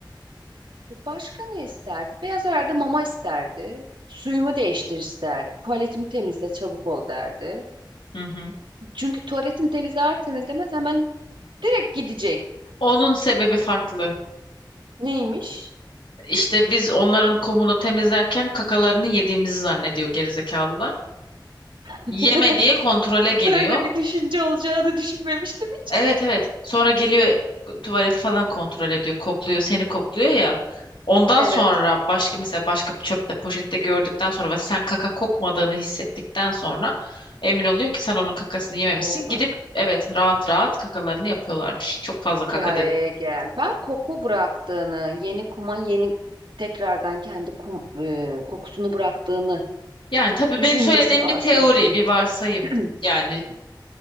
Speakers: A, on the right; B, on the left.
A: Başka ne isterdi? Beyaz herhalde mama isterdi. Suyumu değiştir isterdi. Tuvaletimi temizle çabuk ol derdi.
B: Hı hı.
A: Çünkü tuvaletini temizler temizlemez hemen direkt gidecek.
B: Onun sebebi farklı.
A: Neymiş?
B: İşte biz onların kumunu temizlerken kakalarını yediğimizi zannediyor gerizekalılar. Yeme
A: <laughs>
B: diye kontrole geliyor.
A: Böyle bir düşünce olacağını düşünmemiştim. hiç.
B: Evet evet. Sonra geliyor e, tuvaleti falan kontrol ediyor. Kokluyor, seni kokluyor ya. Ondan
A: Evet,
B: sonra başka mesela başka bir çöpte poşette gördükten sonra ve sen kaka kokmadığını hissettikten sonra emin oluyor ki sen onun kakasını
A: hikayeye
B: yememişsin.
A: bak.
B: Gidip evet rahat rahat kakalarını yapıyorlarmış. Çok fazla
A: Hikayeye
B: kaka dedim.
A: gel. Ben koku bıraktığını, yeni kuma yeni tekrardan kendi kum, e, kokusunu bıraktığını
B: Yani tabii
A: düşüncesi
B: benim söylediğim
A: varsaydı.
B: bir teori, bir varsayım.
A: <clears throat>
B: Yani